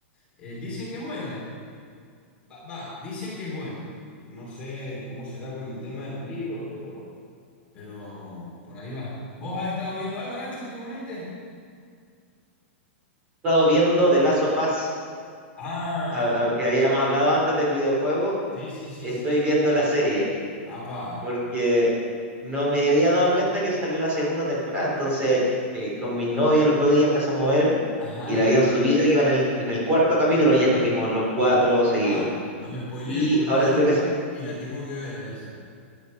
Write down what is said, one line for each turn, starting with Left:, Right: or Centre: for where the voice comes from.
Left: Eh, dicen que es buena. Va, va, dicen que es buena. No sé cómo será con el tema de los libros, pero, pero por ahí va. ¿Vos has estado viendo algo, Nacho, últimamente?
Right: estado viendo The Last of Us,
Left: Ah,
Right: a- a- que habíamos hablado antes del videojuego.
Left: sí, sí, sí,
Right: Estoy
Left: sí, sí.
Right: viendo la serie.
Left: Apa,
Right: porque no me había dado cuenta que salió la segunda temporada. Entonces, eh, con mi novia el otro día empezamos a ver
Left: ajá.
Right: y la habían subido, iba en el, en el cuarto capítulo y ya nos vimos los cuatro seguidos.
Left: Ah, no me spoileé
Right: Y
Left: porque
Right: ahora
Left: no la he visto
Right: creo que... es-
Left: y la tengo que ver a esa.